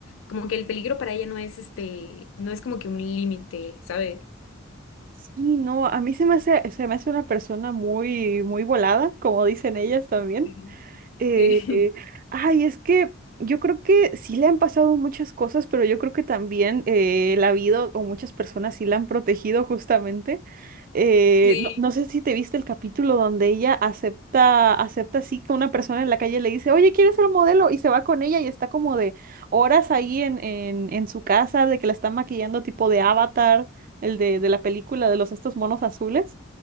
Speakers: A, on the left; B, on the right.
A: como que el peligro para ella no es este, no es como que un límite, ¿sabes?
B: Sí, no, a mí se me hace, se me hace una persona muy, muy volada, como dicen ellas también.
A: Sí.
B: Eh,
A: Sí.
B: ay, es que yo creo que sí le han pasado muchas cosas, pero yo creo que también eh, la vida o muchas personas sí la han protegido justamente. Eh,
A: <laughs>
B: no, no sé si te viste el capítulo donde ella acepta, acepta así que una persona en la calle le dice, oye, ¿quieres ser modelo? Y se va con ella y está como de horas ahí en, en, en su casa, de que la están maquillando tipo de Avatar, el de, de la película de los estos monos azules.